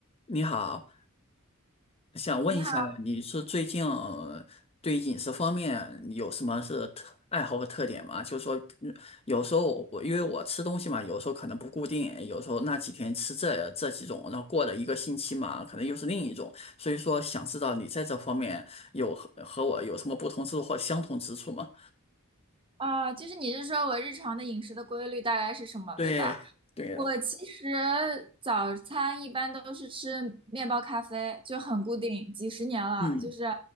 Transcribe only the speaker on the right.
你好，
啊，就是你是说我日常的饮食的规律大概是什么，
对吧？
我其实早餐一般都是吃面包咖啡，就很固定，几十年了，
就是，